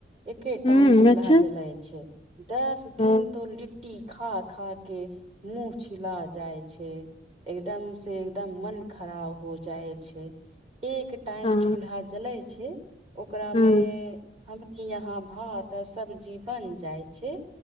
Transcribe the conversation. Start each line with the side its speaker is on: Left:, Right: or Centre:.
Right: एके
Left: हुँ
Right: टाइम चूल्हा
Left: अच्छा
Right: जलाय छै दस
Left: हँ
Right: दिन तऽ लिट खा खा के मुह छिला जाइ छै एकदम से एकदम मन खराब हो जाय छै एक टाइम
Left: हँ
Right: चूल्हा जले छै। ओकरामे।
Left: हुँ
Right: हमनी यहा भाव त सब्जी बन जाय छै।